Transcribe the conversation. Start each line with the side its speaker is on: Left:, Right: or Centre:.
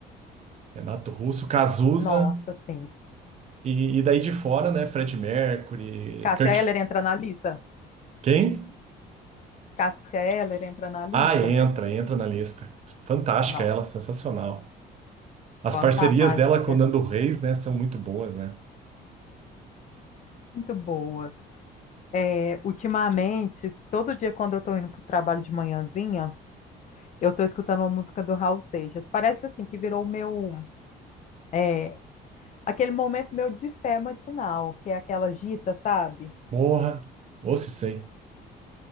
Right: Renato Russo, Cazuza,
Left: nossa, sim.
Right: e, e daí de fora, né, Fred Mercury,
Left: Cássia
Right: Kurt.
Left: Eller entra na lista?
Right: Quem?
Left: Cássia Eller entra na lista?
Right: Ah, entra, entra na lista. Fantástica
Left: Não.
Right: ela, sensacional. As
Left: Fantástica,
Right: parcerias dela com o Nando Reis, né, são muito boas, né?
Left: muito boas. É, ultimamente, todo dia quando eu tô indo pro trabalho de manhãzinha, eu tô escutando uma música do Raul Seixas. Parece assim que virou o meu, é, aquele momento meu de fé matinal, que é aquela gita, sabe?
Right: Porra, ou se sei.